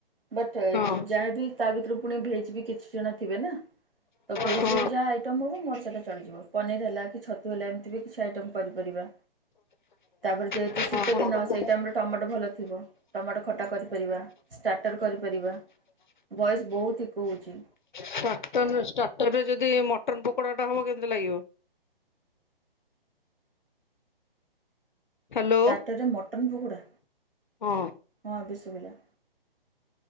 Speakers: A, on the right (about 65°); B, on the left (about 55°).
A: ବଟ୍
B: ହଁ।
A: ଯାହାବି ତା ଭିତୁରୁ ପୁଣି ଭେଜ୍ ବି କିଛି ଜଣ ଥିବେ ନା। ତ ଭେଜ୍
B: ହଁ
A: ରେ ବି ଯାହା ଆଇଟମ୍ ହବ ମୋର ସେଇଟା ଚଳିଯିବ, ପନିର୍ ହେଲା କି ଛତ୍ ତୁ ହେଲା ଏମିତି ବି କିଛି ଆଇଟମ୍ କରିପାରିବା। ତାପରେ ଯେହେତୁ
B: ଷ୍ଟାର୍ଟର
A: ଶୀତ ଦିନ ସେଇ ଟାମ୍ ରେ ଟମାଟ ଭଲ ଥିବ, ଟମାଟ ଖଟା କରିପାରିବା, ଷ୍ଟାଟର କରିପାରିବା, ଭଏସ୍ ବହୁତି ଇକୋ ହୋଉଚି।
B: ହଁ <inaudible> ତନ ଷ୍ଟାର୍ଟର ରେ ଯଦି ମଟନ୍ ପକୋଡାଟା ହବ କେମିତି ଲାଗିବ? ହ୍ୟାଲୋ
A: ଟାଟରେ ମଟନ ପକୋଡା,
B: ହଁ
A: ହଁ ଏବେ ସୁଭିଲା।